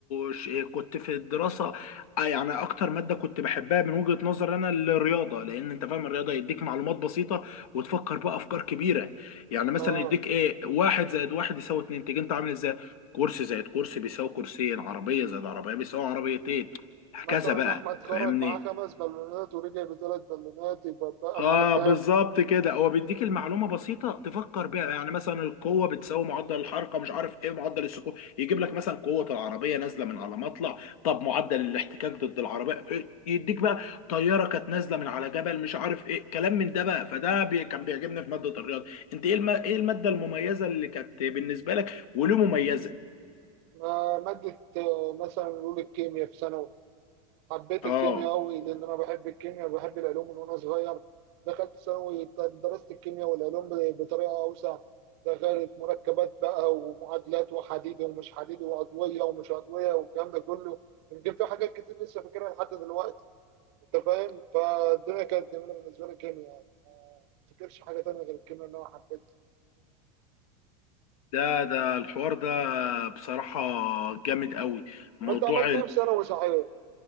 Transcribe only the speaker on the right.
اه
مثلا
احمد
خرج معاه خمس بالونات ورجع بثلاث بالونات يبقى بقى
معاه كام
آه، مادة آه، مثلا نقول الكيمياء في ثانوي حبيت
الكيمياء قوي لان انا بحب الكيمياء وبحب العلوم من وانا صغير دخلت ثانوي درست الكيمياء والعلوم ب- بطريقه اوسع دخلت مركبات بقى ومعادلات وحديد ومش حديد وعضويه ومش عضويه والكلام ده كله يمكن في حاجات كتير لسه فاكرها لحد دلوقتي انت فاهم فالدنيا كانت جميله بالنسبه لي الكيمياء يعني ما افتكرش حاجه تانية غير الكيمياء اللي انا حبيتها
طب انت عملت ايه في ثانوي صحيح؟